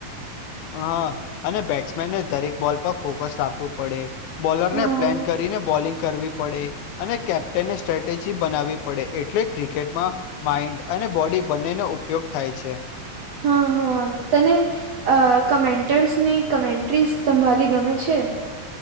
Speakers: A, on the left (about 80°); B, on the right (about 70°).
A: હા અને બેટ્સમેનને દરેક બોલ પર ફોકસ રાખવું પડે બોલર
B: હા
A: ને પ્લાન કરીને બોલિંગ કરવી પડે અને કેપ્ટનને સ્ટ્રેટેજી બનાવવી પડે એટલે ક્રિકેટમાં માઈન્ડ અને બોડી બંનેનો ઉપયોગ થાય છે.
B: હા હા તને અ કમેન્ટર્સની કમેન્ટ્રીઝ સંભાળી ગમે છે.